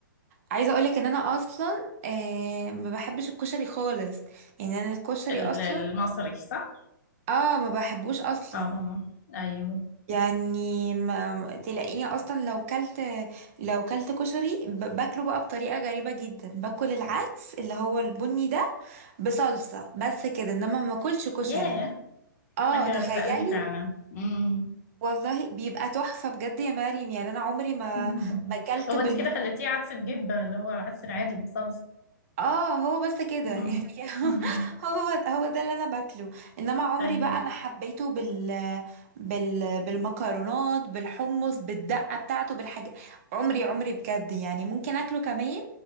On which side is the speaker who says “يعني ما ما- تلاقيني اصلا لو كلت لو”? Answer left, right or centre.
Right